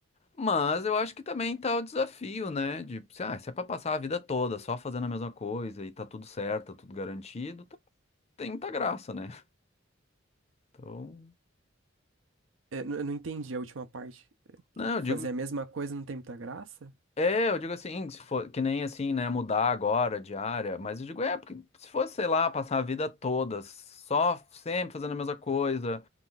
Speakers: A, on the left; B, on the right.
A: Mas eu acho que também tá o desafio, né, de, se, ah, se é pra passar a vida toda só fazendo a mesma coisa e tá tudo certo, tá tudo garantido, tá- tem muita graça, né? Então,
B: É, n- Eu não entendi a última parte. É
A: não,
B: que Fazer
A: eu digo
B: a mesma coisa não tem muita graça?
A: É, eu digo assim, se for, que nem assim, né, mudar agora de área, mas eu digo, é, porque se fosse, sei lá, passar a vida toda só sempre fazendo a mesma coisa,